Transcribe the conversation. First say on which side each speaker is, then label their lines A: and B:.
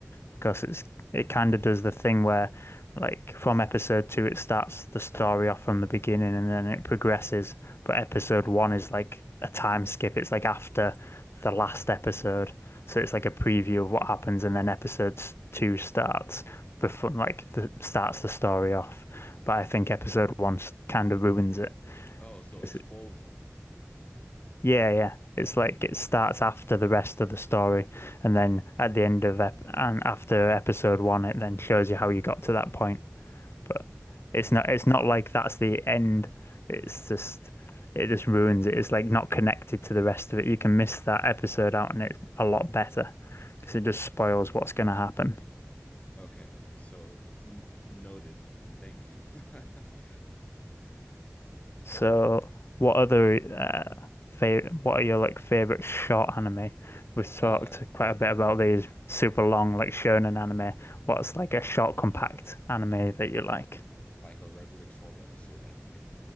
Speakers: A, on the left; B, on the left.
A: because it's it kind of does the thing where like from episode two it starts the story off from the beginning and then it progresses. But episode one is like a time skip. It's like after the last episode. So it's like a preview of what happens and then episode two starts before like the starts the story off. But I think episode one kind of ruins it.
B: Oh, so
A: It's,
B: it spoils you.
A: yeah, yeah. It's like it starts after the rest of the story, and then at the end of ep and after episode one, it then shows you how you got to that point. But it's not
B: Wow.
A: it's not like that's the end. It's just it just ruins it. It's like not connected to the rest of it. You can miss that episode out, and it's a lot better because it just spoils what's going to happen.
B: Okay. So n noted. Thank you. <laughs>
A: So,
B: Yeah.
A: what other uh, favorite? What are your like favorite short anime? We've
B: Uh,
A: talked quite a bit about these super long like shonen anime. What's like a short, compact anime that you like?
B: like a regular 12 episode anime.